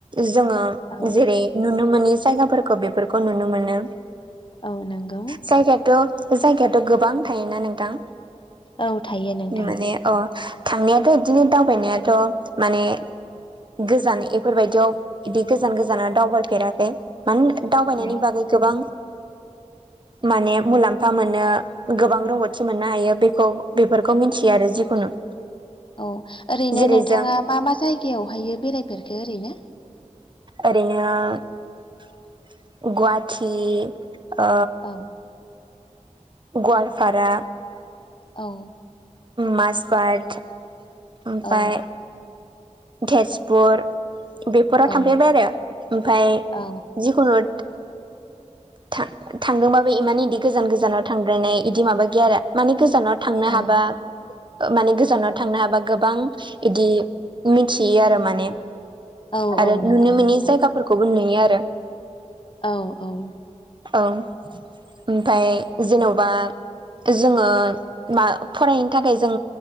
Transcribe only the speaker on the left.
औ
औ नंगौ
औ थायो नोंथां
औ
औ ओरैनो
नोंथाङा
मा मा जायगायावहायो बेरायफेरखो ओरैनो?
औ
औ
औ
औ
औ
औ
औ
औ नंगौ
नोंथां
औ औ